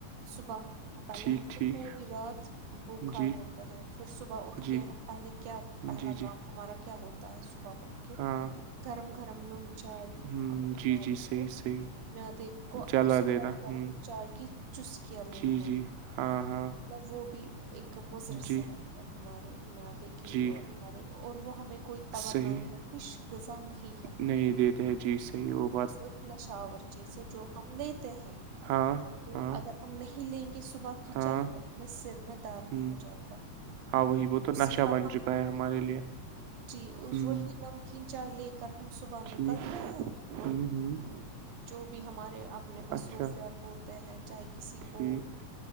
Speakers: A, on the right; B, on the right.
A: صبح پہلے
B: ٹھیک
A: ہم تو
B: ٹھیک
A: پوری رات بھوکا
B: جی
A: ہوتے ہیں پھر صبح اٹھ
B: جی
A: کے پہلے کیا پہلا
B: جی جی
A: کام ہمارا کیا ہوتا ہے صبح اٹھ کے
B: ہاں
A: گرم گرم نون چائے
B: ہ
A: ابڑ
B: جی
A: میںد
B: جی صحیح
A: کو
B: صحیح
A: مدیک کو
B: جلا
A: اس
B: دینا
A: پر گم
B: ہ
A: چائے کی چس کیا لینا
B: جی جی ہاں ہاں
A: وہ بھی ایک مضر
B: جی
A: صحت ہے ہمارے مدے کے
B: جی
A: لیے اور ہمارے اور وہ ہمیں کوئی توانائی
B: صحیح
A: کش غذا نہیں ہے
B: نہیں دیتے جی صحیح ہوگ
A: بت لشاور چیز ہے جو ہم لیتے ہیں
B: ہاں
A: تو
B: ہاں
A: اگر ہم نہیں لیں گے صبح کی
B: ہاں
A: چائے ہمیں سر میں درد
B: ہ
A: ہو جائے گا
B: ہاں وہی وہ تو
A: اسی
B: نشہ
A: پر
B: بن
A: ہم
B: چکا ہے ہمارے
A: کھانا
B: لیے
A: جی
B: ہ
A: وہی نمکین چائے لے کر ہم صبح نکلتے
B: ٹھیک
A: ہیں اور
B: ہ ہ
A: جو بھی ہمارے اپنے مصروفیات
B: اچھا
A: ہوتے ہیں چاہے کسی
B: ٹھیک
A: کو